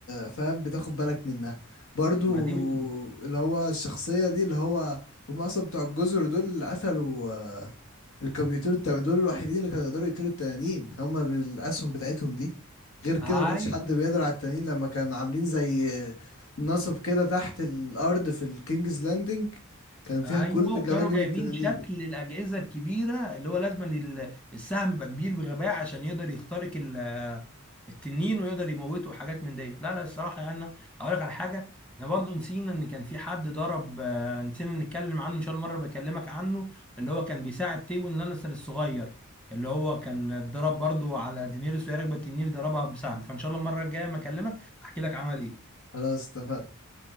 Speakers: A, on the left; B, in the centre.
A: فاهم بتاخد بالك منها برضو
B: بعدين
A: اللي هو الشخصية دي اللي هو هم أصلا بتوع الجزر دول اللي قتلوا آه، اللي كانوا بيقتلوا التن... دول الوحيدين اللي كانوا يقدروا يقتلوا التنانين هم بالأسهم بتاعتهم دي غير كده
B: ايوه
A: ما كانش حد
B: ايوه
A: بيقدر على التنانين لما كانوا عاملين زي آه، نصب كده تحت الأرض في الكينجز لاندنج كان فيها
B: ايوه
A: كل
B: وكانوا
A: جماجم
B: جايبين
A: التنانين
B: شكل الاجهزه الكبيره اللي هو لازم إن ال- السهم يبقى كبير بغباء عشان يقدر يخترق ال- التنين ويقدر يموته وحاجات من دي لا لا الصراحه يعني أنا اقول لك على حاجه احنا برضو نسينا ان كان في حد ضرب آه، نسينا نتكلم عنه ان شاء الله مره بكلمك عنه اللي هو كان بيساعد تيون لانستر الصغير اللي هو كان اتضرب برضو على دينيريس وهي راكبه التنين ضربها بسهم فان شاء الله المره الجايه ما اكلمك احكي لك عمل ايه
A: خلاص اتفقنا